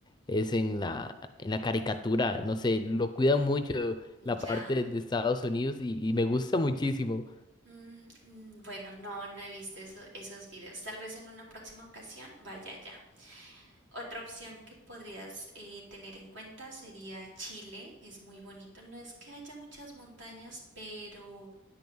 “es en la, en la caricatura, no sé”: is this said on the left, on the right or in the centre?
Left